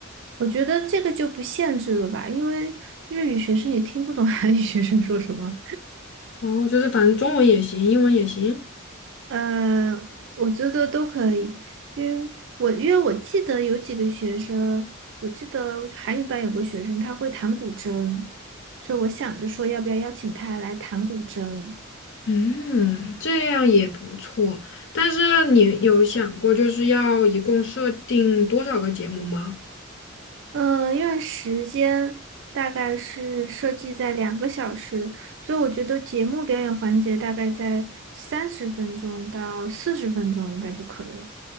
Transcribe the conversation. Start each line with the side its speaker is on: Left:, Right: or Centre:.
Right: 我觉得这个就不限制了吧，因为日语学生也听不懂韩语 <laughs> 学生说什么。
Left: 哦，就是反正中文也行，英文也行。
Right: 呃，我觉得都可以，因为我因为我记得有几个学生，我记得韩语班有个学生他会弹古筝，所以我想着说要不要邀请他来弹古筝。
Left: 嗯，这样也不错。但是你有想过就是要一共设定多少个节目吗？
Right: 嗯，因为时间大概是设计在两个小时，所以我觉得节目表演环节大概在三十分钟到四十分钟应该就可以了。